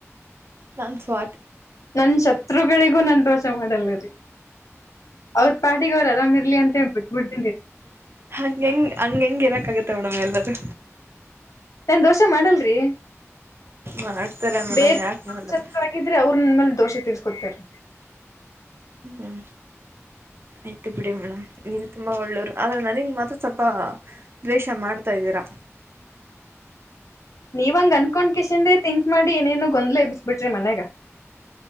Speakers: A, on the right; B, on the left.
A: ನಂದ್ ಸ್ವ
B: ನನ್ ಶತ್ರುಗಳಿಗೂ ನನ್ ದೋಷ ಮಾಡಲ್ಲ ರಿ. ಅವ್ರ ಪಾಟಿಗೆ ಅವ್ರ ಅರಾಂ ಇರ್ಲಿ ಅಂತ ಹೇಳಿ ಬಿಟ್ಬಿಡ್ತೀನಿ.
A: ಹಂಗ ಹೆಂಗ್ ಹಂಗ ಹೆಂಗ್ ಇರಕ್ ಆಗುತ್ತೆ ಮೇಡಮ್ ಎಲ್ಲರೂ.
B: ನಾನ್ ದೋಷ ಮಾಡಲ್ರಿ.
A: ಮಾಡ್ತಾರೆ ಮೇಡಮ್
B: ಬೇರೆಚಂದ
A: ಯಾಕೆ ಮಾಡಲ್ಲ
B: ಆಗಿದ್ರೆ ಅವರು ನಮ್ಮೇ ದೋಷ ತೀರ್ಸ್ತಾ <unintelligible> ಕೊತಾರೆ.
A: ಹ್ಮ್ ಆಯ್ತು ಬಿಡಿ ಮೇಡಮ್ ನೀವ್ ತುಂಬಾ ಒಳ್ಳೋರು ಆದ್ರೆ ನನಗ್ ಮಾತ್ರ ಸ್ವಲ್ಪ ದ್ವೇಷ ಮಾಡ್ತಾ <unintelligible> ದರಾ
B: ನೀವಂಗ ಅನ್ಕೊಂಡ್ ಕಶಿಂದೇ ತಿಂಕ್ ಮಾಡಿ ಏನೇನೋ ಗೊಂದ್ಲ ಎಬ್ಬಿಸಬಿಟ್ರಿ ಮನ್ಯಾಗ.